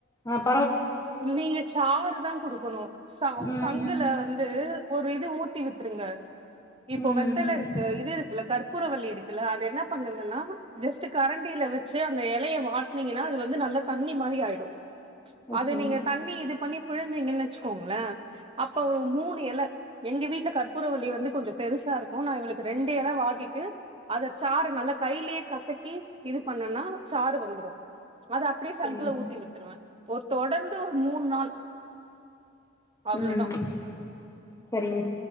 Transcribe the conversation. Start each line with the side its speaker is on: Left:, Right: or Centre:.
Left: <unintelligible>
Right: நீங்க சாறு தா குடுக்கணு ச
Left: ம்
Right: சங்குல வந்து ஒரு இது ஊத்தி விட்ருங்க இப்போ
Left: ம்
Right: வெத்தல இருக்கு இது இருக்குல கற்பூரவள்ளி இருக்குல்ல அது எனன்ன பண்ணுங்கன்னா ஜஸ்ட் கரண்டில வெச்சு அந்த எலைய வாட்னீங்கன்னா அது வந்து நல்லா தண்ணி மாரி அயிடோ
Left: ஓகேங்க
Right: அது நீங்க தண்ணி இது பண்ணி புழுஞ்சிங்கன்ன வச்சுக்கோங்ள அப்ப ஒரு மூணு எல எங்க வீட்ல கற்பூரவல்லி வந்து கொஞ்சோ பெருசா இருக்கோ நா இவுளுக்கு ரெண்டு எல வாட்டிட்டு அத சாறு நல்லா கைலியே கசக்கி இது பண்ணோன்னா சாறு வந்துரோ அத அப்டே சங்குல
Left: சரிங்க
Right: ஊத்தி விட்ருவ ஒர் தொடந்து ஒ மூண் நாள் அவ்ளோதா
Left: ம் செரிங்க